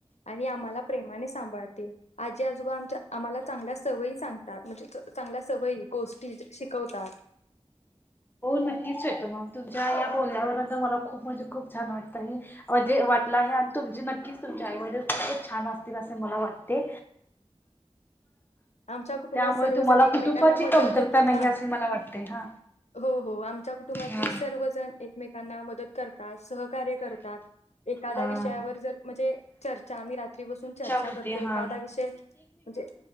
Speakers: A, on the left (about 80°); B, on the left (about 20°).
A: आणि आम्हाला प्रेमाने सांभाळतील, आजी आजोबा आमच्या आम्हाला चांगल्या सवयी सांगतात म्हणजे च चांगल्या सवयी गोष्टी शिकवतात
B: नक्कीचे तुमं तूमच्या एवा बोलण्यावरून त मला खूप म्हणजे खूप छान वाटतंय अं जे वाट ला आहे आणि तुमचे नक्कीच तुमचे आई वडील खूपच छा छान असतील असे मला वाटते
A: आमच्या कुटुंबात
B: त्यामुळे
A: सर्वजण
B: तुम्हाला
A: एकमेकांना
B: कुटुंबाची
A: मदत
B: कमतरता
A: देखील
B: नाही
A: हां
B: असे मला वाटते हा.
A: हो-हो आम्ही च्या कुटुंबातील
B: हा.
A: सर्वजण एकमेकांना मदत करता सहकार्य करतात एखाद्या
B: हा
A: विषयावर जर म्हणजे चर्चा आम्ही रात्री बसून चर्चा
B: होते
A: करतो
B: हा.
A: एखादा विषय म्हणजे